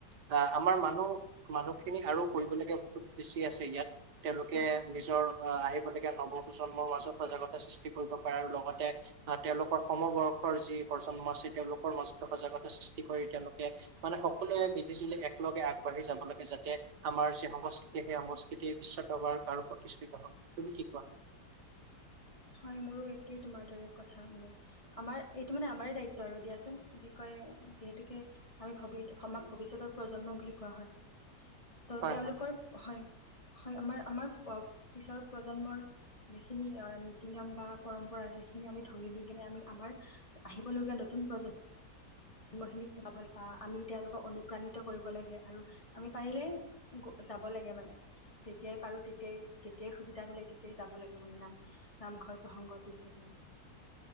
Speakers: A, on the right; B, on the left.
A: আহ আমাৰ মানুহ মানুহখিনি আৰু কৰিবলাগীয়া বহুত বেছি আছে ইয়াত তেওঁলোকে
B: হয় আছে।
A: নিজৰ আহ আহিব গতিকে নৱপ্ৰজন্মৰ মাজত সজাগতা সৃষ্টি কৰিব পাৰে আৰু লগতে আহ তেওঁলোকৰ সমবৰ্ষৰ যি প্ৰজন্ম আছে তেওঁলোকৰ মাজতো সজাগতা সৃষ্টি কৰি তেওঁলোকে মানে সকলোৱে মিলিজুলি একলগে আগবাঢ়ি যাব লাগে যাতে আমাৰ যি সংস্কৃতি সেই সংস্কৃতি বিশ্ব দৰবাৰ আৰু প্ৰতিষ্ঠিত হয় ।তুমি কি কোৱা?
B: <inaudible> হয় মোৰো একেই তোমাৰ দৰে কথা মানে। আমাৰ এইটো মানে আমাৰে দায়িত্ব আৰু দিয়াচোন ।কি কয় যিহেতুকে আমি ভৱি ভৱিষ্যতৰ প্ৰজন্ম বুলি কোৱা হয়। ত'
A: হয়
B: তেওঁলোকৰ,
A: হয়
B: হয় -হয়, আমাৰ আমাৰ পিছৰ প্ৰজন্মৰ যিখিনি নীতি-নিয়ম নিয়ম বা পৰম্পৰা আছে। সেইখিনি আমি ধৰি দি কেনে আমি আমাৰ আহিবলগীয়া নতুন প্ৰজন্ম জন্মখিনিকবা ল বা আমি তেওঁলোকক অনুপ্ৰাণিত কৰিব লাগে আৰু আমি পাৰিলে যাব লাগে মানে। যেতিয়াই পাৰো তেতিয়াই যেতিয়াই সুবিধা মিলে তেতিয়াই যাব লাগে মানে নাম নামঘৰ প্ৰসংগত ইত্যাদি আৰু। <inaudible>